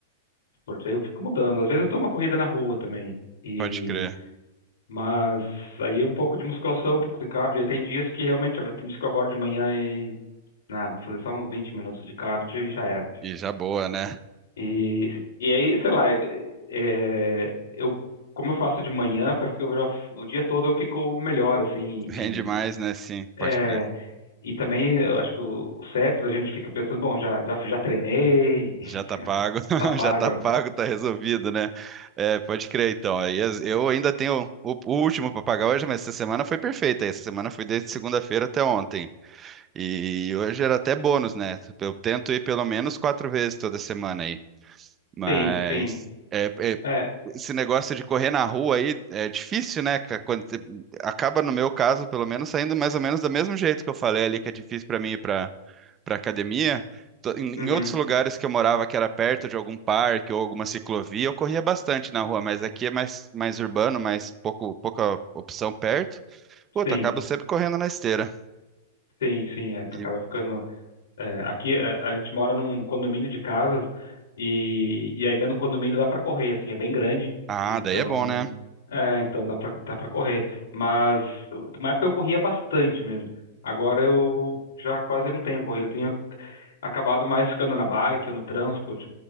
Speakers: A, on the left; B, on the right.
A: Porque aí eu fico mudando. Às vezes eu dou uma corrida na rua também. E,
B: pode crer.
A: mas aí é um pouco de musculação, um pouco de cardio. E tem dias que realmente, tem dias que eu acordo de manhã e. Ah, vou fazer só uns 20 minutos de cardio e já era.
B: E já boa, né?
A: E, e aí, sei lá, é, é, eu, como eu faço de manhã, parece que eu já, o dia todo eu fico melhor, assim,
B: <laughs> Rende
A: e,
B: mais, né? Sim, pode
A: é,
B: crer.
A: e também eu acho que o, o cérebro da gente fica pensando, bom, já, já, já treinei,
B: Já tá pago, <laughs>
A: Tá pago,
B: já tá
A: né?
B: pago, tá resolvido, né? É, pode crer, então. Aí as- eu ainda tenho o, o último para pagar hoje, mas essa semana foi perfeita. Essa semana foi desde segunda-feira até ontem. E hoje era até bônus, né? Eu tento ir pelo menos quatro vezes toda semana mas
A: Sim, sim.
B: é, é-
A: É,
B: esse negócio de correr na rua aí é difícil, né? ca- Quando, você- acaba, no meu caso, pelo menos, saindo mais ou menos do mesmo jeito que eu falei ali, que é difícil para mim ir para para academia. Tô- Em,
A: uhum,
B: em outros lugares que eu morava, que era perto de algum parque ou alguma ciclovia, eu corria bastante na rua, mas aqui é mais, mais urbano, mais pouco, pouca opção perto. Puta,
A: sim,
B: acabo sempre correndo na esteira.
A: sim, sim. É, tu
B: E-
A: acaba ficando. É, aqui é, a gente mora num condomínio de casas e, e aí dentro do condomínio dá para correr, assim, é bem grande,
B: ah,
A: então
B: daí é bom, né?
A: é, então dá para dá para correr. Mas na época eu corria bastante mesmo. Agora eu já quase não tenho corrido, eu tenho acabado mais ficando na bike ou no transporte,